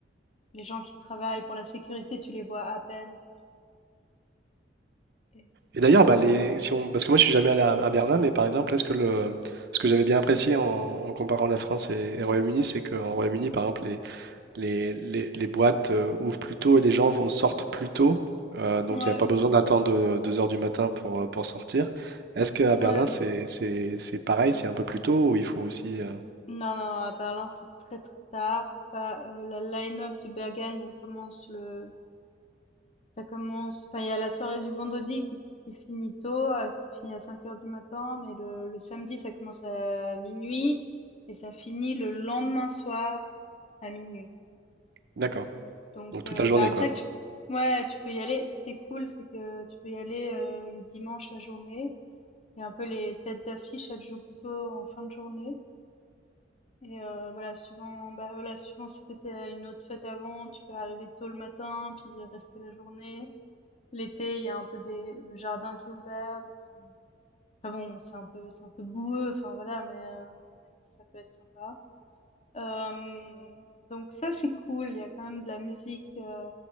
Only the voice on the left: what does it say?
les gens qui travaillent pour la sécurité, tu les vois à peine. Et-
Ouais,
ouais.
Non,
non, non, à Berlin, c'est très, très tard. Bah, euh, la line-up du Berghain, elle commence le Ça commence enfin, il y a la soirée du vendredi qui qui finit tôt, heu, ce qui finit à cinq heures du matin, mais le le samedi, ça commence à minuit et ça finit le lendemain soir à minuit.
Donc
heu,
bah, après
tu ouais, tu peux y aller. Ce qui est cool, c'est que tu peux y aller, heu, le dimanche, la journée et un peu les têtes d'affiche, elles jouent plutôt en fin de journée et heu, voilà, suivant, bah, voilà, suivant si t'étais à une autre fête avant, tu peux arriver tôt le matin puis rester la journée. L'été, il y a un peu des le jardin qui est ouvert, donc c'est enfin bon, c'est un peu c'est un peu boueux, enfin voilà, mais, heu, mais ça peut être sympa. Hem, donc ça, c'est cool. Il y a quand même de la musique, heu,